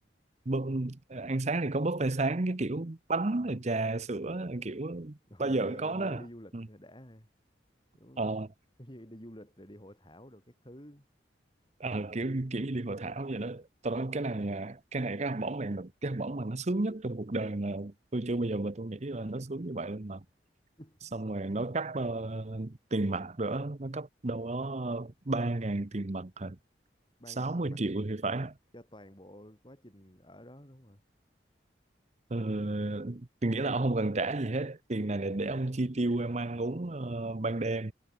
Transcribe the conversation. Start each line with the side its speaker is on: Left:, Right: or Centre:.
Right: bu- ăn sáng thì có buffet sáng cái kiểu bánh
Left: Ờ.
Right: rồi trà sữa kiểu
Left: Ừ,
Right: bao giờ
Left: nghe
Right: cũng có
Left: như
Right: đó
Left: đi du lịch
Right: ừ.
Left: đã ha. giống
Right: Ờ,
Left: giống như đi du lịch rồi đi hội thảo rồi các thứ
Right: ờ, kiểu kiểu như đi hội thảo vậy đó tao nói cái này à, cái này cái học bổng này là cái học bổng mà nó sướng nhất trong cuộc đời mà tôi chưa bao giờ mà tôi nghĩ là nó sướng như vậy luôn mà
Left: <laughs>
Right: xong rồi nó cấp ờ, tiền mặt nữa nó cấp đâu đó ba ngàn tiền mặt hả?
Left: ba
Right: 60
Left: ngàn tiền mặt
Right: triệu thì phải
Left: cho toàn bộ quá trình ở đó đúng không ạ
Right: ờ, tôi nghĩ là ông không cần trả gì hết tiền này là để ông chi tiêu em ăn uống ờ, ban đêm